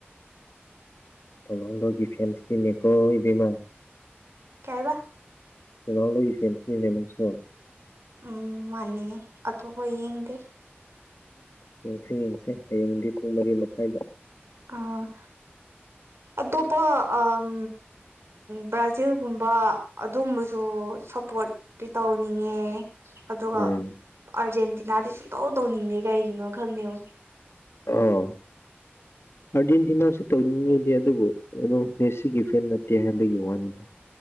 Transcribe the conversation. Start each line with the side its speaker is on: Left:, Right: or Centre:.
Left: ꯔꫭꯅꯥꯜꯗꯣꯒꯤ ꯐꯦꯟꯁꯇꯤꯅꯦꯀꯣ ꯏꯕ‌ꯦꯝꯃꯥ
Right: ꯀꯩ ꯍꯥꯏꯕ
Left: ꯔꫭꯅꯥꯜꯗꫭꯒꯤ ꯐꯦꯟꯁꯅꯤꯅ‌ꯦ ꯅꯪꯁꯨ
Right: ꯎꯝ ꯃꯥꯥꯟꯅ‌ꯦ ꯑꯇꯣꯞꯄ ꯌꯦꯡꯗꯦ
Left: ꯌꯦꯡꯁꯦ ꯌꯦꯡꯁꯦ ꯍꯌꯦꯡꯗꯤ ꯄꯨꯡ ꯃꯔꯤ ꯃꯈꯥꯏꯗ <inaudible>
Right: ꯑ ꯑꯇꯣꯞꯄ ꯑꯝ ꯕ꯭ꯔꯥꯖꯤꯜꯒꯨꯝꯕ ꯑꯗꯨꯝꯕꯁꯨ ꯁꯄꯣꯔꯠ ꯇꯤ ꯇꯧꯅꯤꯡꯉꯦ ꯑꯗꯨꯒ
Left: ꯎꯝ
Right: ꯑꯥꯔꯖꯦꯟꯇꯤꯅꯥꯗꯤ ꯁꯨꯡꯇꯧ ꯇꯧꯅꯤꯡꯗꯦ ꯀꯩꯒꯤꯅꯣ ꯈꯪꯗꯦꯉꫭ꯫
Left: ꯑꯣ ꯑꯔꯖꯦꯟꯇꯤꯅꯥꯁꯨ ꯇꯧꯅꯤꯡꯉꯤ꯫ ꯑꯗꯨꯕꯨ ꯀꯝ ꯃꯦꯁꯤꯒꯤ ꯐꯦꯟ ꯅꯠꯇꯦ ꯍꯥꯏꯕꯒꯤ ꯋꯥꯅꯤꯗ